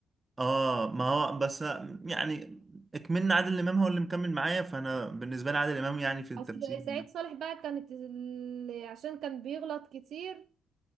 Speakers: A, on the right (about 30°); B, on the right (about 70°).
A: اه ما هو بس يعني اكملنا عادل امام هو اللي مكمل معايا فانا بالنسبه لي عادل امام يعني في التمثيل
B: اصل سعيد صالح بقى كانت ال- عشان كان بيغلط كتير